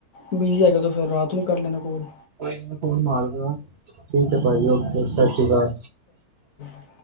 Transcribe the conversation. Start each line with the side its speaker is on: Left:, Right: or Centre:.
Left: ਬਿਜ਼ੀ ਹੈਗਾ ਤੋਂ ਫਿਰ ਰਾਤ ਨੂੰ ਕਰ ਲੈਣਾ ਕੋਲ
Right: ਹੈਂ ਫੋਨ ਮਾਰਦਾ ਠੀਕ ਹੈ ਭਾਜੀ ਓਕੇ ਸਤਿ ਸ਼੍ਰੀ ਅਕਾਲ
Left: <inaudible>